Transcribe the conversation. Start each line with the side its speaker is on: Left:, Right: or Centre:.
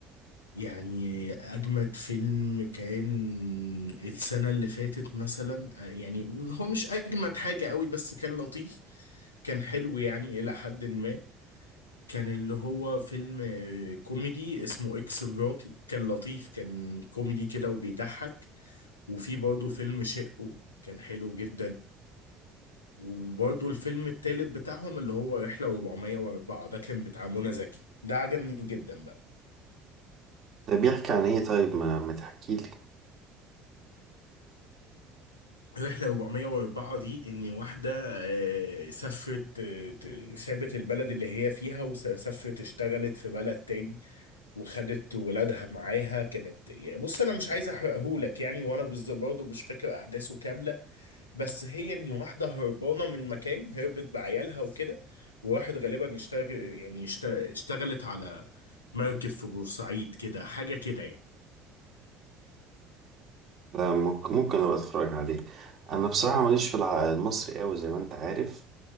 Left: يعني أجمد فيلم كان السنة اللي فاتت مثلا آه، يعني هو مش أجمد حاجة قوي بس كان لطيف كان حلو يعني إلى حد ما كان اللي هو فيلم آه، كوميدي اسمه إكس مراتي كان لطيف كان كوميدي كده وبيضحك وفي برضه فيلم شقه كان حلو جدا وبرضه الفيلم التالت بتاعهم اللي هو رحلة 404 ده كان بتاع منى زكي ده عجبني جدا بقى
Right: ده بيحكي عن ايه طيب ما ما تحكي لي
Left: رحلة 404 دي إن واحدة آه، سافرت آه، ت- سابت البلد اللي هي فيها وسافرت اشتغلت في بلد تاني وخدت ولادها معاها كانت يعني بص انا مش عايز احرقهولك يعني وانا بالظبط برضه مش فاكر احداثه كامله بس هي ان واحده هربانه من مكان هربت بعيالها وكده وواحد غالبا اشتغل يعني اشت- اشتغلت على مركب في بورسعيد كده حاجه كده يعني
Right: لا ممكن ممكن ابقى اتفرج عليه انا بصراحة
Left: اه
Right: ماليش في الع- المصري قوي زي ما انت عارف